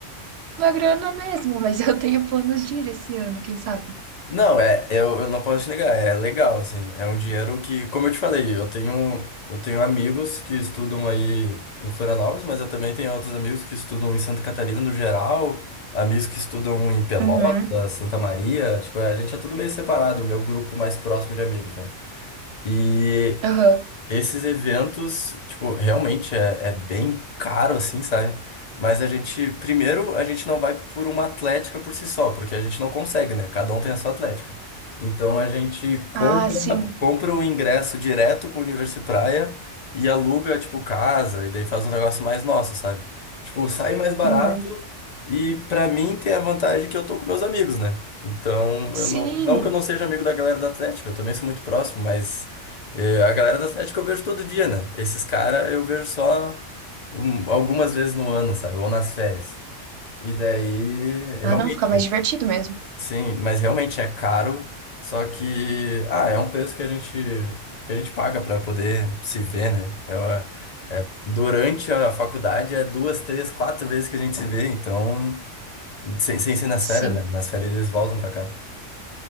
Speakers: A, on the right (about 65°); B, on the left (about 55°).
A: a grana mesmo, mas eu tenho planos de ir esse ano, quem sabe?
B: Não, é, eu, eu não posso te negar, é legal, assim, é um dinheiro que, como eu te falei, eu tenho, eu tenho amigos que estudam aí em Florianópolis, mas eu também tenho outros amigos que estudam em Santa Catarina no geral, amigos que estudam em Pelotas,
A: Uhum.
B: Santa Maria, tipo, a gente é tudo meio separado, o meu grupo mais próximo de amigos, né? E
A: Aham.
B: esses eventos, tipo, realmente é, é bem caro, assim, sabe? Mas a gente, primeiro, a gente não vai por uma atlética por si só, porque a gente não consegue, né? Cada um tem a sua atlética. Então a gente compra,
A: Ah, sim.
B: compra o ingresso direto com o Universo Praia e aluga, tipo, casa, e daí faz um negócio mais nosso, sabe? Tipo, sai mais barato
A: Uhum.
B: e pra mim tem a vantagem que eu tô com meus amigos, né? Então, eu
A: Sim.
B: não, não que eu não seja amigo da galera da Atlética, eu também sou muito próximo, mas. É, a galera do Atlético eu vejo todo dia, né? Esses caras eu vejo só um- algumas vezes no ano, sabe? Ou nas férias. E daí,
A: Ah,
B: realmente,
A: não, fica mais divertido mesmo.
B: sim, mas realmente é caro, só que, ah, é um preço que a gente, que a gente paga pra poder se ver, né? Eu, eh, durante a faculdade é duas, três, quatro vezes que a gente se vê, então, sem, sem ser nas
A: Sim.
B: férias, né? Nas férias eles voltam pra cá.